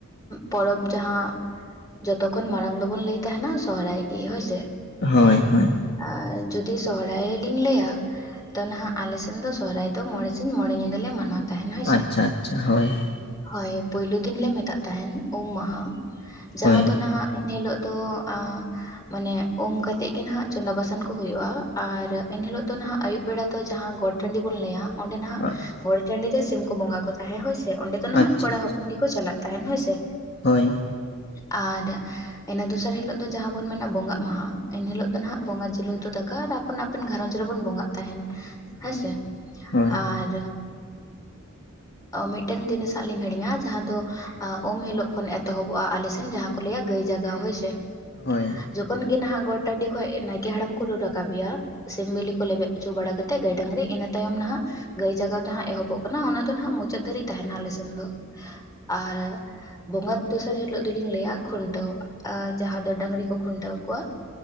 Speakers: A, on the left; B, on the left.
A: ᱯᱚᱨᱚᱵᱽ ᱡᱟᱦᱟᱸ ᱡᱚᱛᱚᱠᱷᱚᱱ ᱢᱟᱲᱟᱝ ᱫᱚ ᱵᱚᱱ ᱞᱟᱹᱭ ᱛᱟᱦᱮᱱᱟ ᱥᱚᱦᱨᱟᱭ ᱜᱮ ᱦᱳᱭ ᱥᱮ
B: ᱦᱳᱭ ᱦᱳᱭ
A: ᱟᱨ ᱡᱩᱫᱤ ᱥᱚᱦᱚᱨᱟᱭ ᱞᱤᱧ ᱞᱟᱹᱭᱟ ᱛᱚ ᱱᱟᱦᱟᱜ ᱟᱞᱮ ᱥᱮᱱ ᱫᱚ ᱥᱚᱦᱚᱨᱟᱭ ᱫᱚ ᱢᱚᱬᱮ ᱥᱤᱧ ᱢᱚᱬᱮ ᱧᱤᱫᱟᱹ ᱞᱮ ᱢᱟᱱᱟᱣ ᱛᱟᱦᱮᱱ ᱦᱳᱭ ᱥᱮ
B: ᱟᱪᱪᱷᱟ ᱟᱪᱪᱷᱟ ᱦᱳᱭ
A: ᱦᱳᱭ ᱯᱳᱭᱞᱳ ᱫᱤᱱ ᱞᱮ ᱢᱮᱛᱟᱜ ᱛᱟᱦᱮᱱ ᱩᱢ ᱢᱟᱦᱟ ᱡᱟᱦᱟᱸ
B: ᱦᱳᱭ
A: ᱫᱚ ᱱᱟᱦᱟᱜ ᱮᱱᱦᱤᱞᱳᱜ ᱛᱳ ᱟᱸᱜ ᱢᱟᱱᱮ ᱩᱢ ᱠᱟᱛᱮᱜ ᱜᱮ ᱱᱟᱦᱟᱜ ᱪᱚᱸᱫᱟ ᱵᱟᱥᱟᱝ ᱠᱚ ᱦᱩᱭᱩᱜᱼᱟ ᱟᱨ ᱮᱱᱦᱤᱞᱳᱜ ᱫᱚ ᱱᱟᱦᱟᱜ ᱟᱹᱭᱩᱵ ᱵᱮᱲᱟ ᱫᱚ ᱡᱟᱦᱟᱸ ᱜᱚᱴ ᱴᱟᱹᱸᱰᱤ ᱵᱚᱱ ᱞᱟᱹᱭᱟ ᱚᱸᱰᱮ ᱱᱟᱦᱟᱜ
B: ᱟᱪᱪᱷᱟ
A: ᱜᱚᱴ ᱴᱟᱹᱸᱰᱤ ᱨᱮ ᱥᱤᱢ ᱠᱚ ᱵᱚᱸᱜᱟ ᱠᱚ ᱛᱟᱦᱮᱸ ᱦᱳᱭ ᱥᱮ ᱚᱸᱰᱮ ᱫᱚ
B: ᱟᱪᱪᱷᱟ
A: ᱱᱟᱦᱟᱜ ᱠᱚᱲᱟ ᱦᱚᱯᱚᱱ ᱜᱮᱠᱚ ᱪᱟᱞᱟᱜ ᱛᱟᱦᱮᱱ ᱦᱳᱭ ᱥᱮ
B: ᱦᱳᱭ
A: ᱟᱨ ᱤᱱᱟᱹ ᱫᱚᱥᱟᱨ ᱦᱤᱞᱳᱜ ᱫᱚ ᱡᱟᱦᱟᱸ ᱵᱚᱱ ᱢᱮᱱᱟ ᱵᱚᱸᱜᱟᱜ ᱢᱟᱦᱟᱸ ᱮᱱ ᱦᱤᱞᱳᱜ ᱫᱚ ᱱᱟᱦᱟᱜ ᱵᱚᱸᱜᱟ ᱡᱤᱞ ᱩᱛᱩ ᱫᱟᱠᱟ ᱟᱨ ᱟᱯᱚᱱ <unintelligible> ᱟᱯᱮᱱ ᱜᱷᱟᱨᱚᱡᱽ ᱨᱮᱵᱚᱱ ᱵᱚᱸᱜᱟᱜ ᱛᱟᱦᱮᱱ ᱦᱮᱸᱥᱮ
B: ᱦᱳᱭ ᱦᱳᱭ
A: ᱟᱨ ᱢᱤᱫᱴᱮᱱ ᱡᱤᱱᱤᱥ ᱟᱜ ᱞᱤᱧ ᱦᱤᱲᱤᱧᱟ ᱡᱟᱦᱟᱸ ᱫᱚ ᱩᱢ ᱦᱤᱞᱳᱜ ᱠᱷᱚᱱ ᱮᱛᱚᱦᱚᱵᱚᱜᱼᱟ ᱟᱞᱮᱥᱮᱱ ᱡᱟᱦᱟᱸ ᱠᱚ ᱞᱟᱹᱭ ᱟ ᱜᱟᱹᱭ ᱡᱟᱜᱟᱣ ᱦᱳᱭ ᱥᱮ
B: ᱦᱳᱭ
A: ᱡᱚᱠᱷᱚᱱ ᱜᱮ ᱱᱟᱦᱟᱜ ᱜᱚᱴ ᱴᱟᱹᱸᱰᱤ ᱠᱷᱚᱡ ᱱᱟᱭᱠᱮ ᱦᱟᱲᱟᱢ ᱠᱚ ᱨᱩ ᱨᱟᱠᱟᱵ ᱮᱭᱟ ᱥᱤᱢ ᱵᱤᱞᱤ ᱠᱚ ᱞᱮᱵᱮᱫ ᱦᱚᱪᱚ ᱵᱟᱲᱟ ᱠᱟᱛᱮᱜ ᱜᱟᱹᱭ ᱰᱟᱹᱝᱨᱤ ᱤᱱᱟᱹ ᱛᱟᱭᱚᱢ ᱱᱟᱦᱟᱜ ᱜᱟᱹᱭ ᱡᱟᱜᱟᱣ ᱡᱟᱦᱟ ᱮᱦᱚᱵᱚᱜ ᱠᱟᱱᱟ ᱚᱱᱟ ᱫᱚ ᱱᱟᱦᱟᱜ ᱢᱩᱪᱟᱹᱫ ᱫᱷᱟᱹᱨᱤᱡ ᱛᱟᱦᱮᱱᱟ ᱟᱞᱮ ᱥᱮᱱ ᱫᱚ ᱟᱨ ᱵᱚᱸᱜᱟ ᱫᱚᱥᱟᱨ ᱦᱤᱞᱳᱜ ᱫᱩᱞᱤᱧ ᱞᱟᱹᱭᱟ ᱠᱷᱩᱱᱴᱟᱹᱣ ᱟᱨ ᱡᱟᱦᱟ ᱫᱚ ᱰᱟᱹᱝᱨᱤ ᱠᱚ ᱠᱷᱩᱱᱴᱟᱹᱣ ᱠᱚᱣᱟ